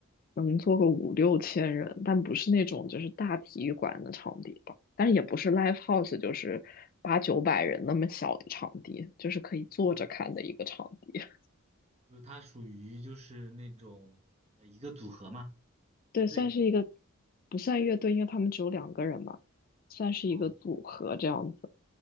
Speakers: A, on the left; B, on the right.
A: 能坐个五六千人，但不是那种就是大体育馆的场地吧，但也不是 live house，就是八九百人那么小的场地，就是可以坐着看的一个场地。
B: 哦，
A: <laughs>
B: 就是它属于就是那种呃一个组合嘛，乐队。
A: 对，算是一个不算乐队，因为他们只有两个人嘛，算是一个组合这样子。
B: 哦，